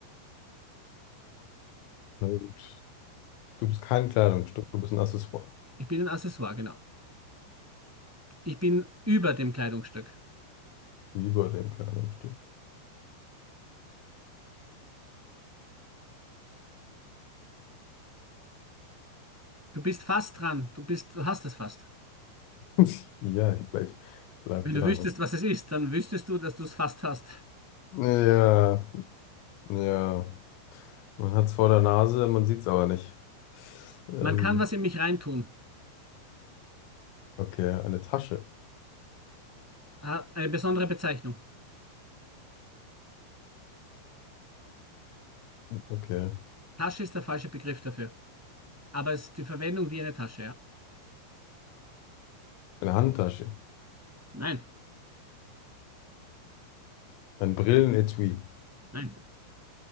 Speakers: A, on the left; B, in the centre.
A: Na gut. Du bist kein Kleidungsstück, du bist ein Accessoire.
B: Ich bin ein Accessoire, genau. Ich bin über dem Kleidungsstück.
A: Über dem Kleidungsstück.
B: Du bist fast dran. Du bist, du hast es fast.
A: <laughs> Ja, ich bleib, ich bleib
B: Wenn du
A: dran.
B: wüsstest, was es ist, dann wüsstest du, dass du es fast hast.
A: Ja, ja. Man hat es vor der Nase, man sieht es aber nicht. Ähm,
B: Man kann was in mich reintun.
A: okay, eine Tasche.
B: Ah, Eine besondere Bezeichnung.
A: Okay.
B: Tasche ist der falsche Begriff dafür. Aber es ist die Verwendung wie eine Tasche, ja?
A: Eine Handtasche.
B: Nein,
A: Ein Brillenetui.
B: nein.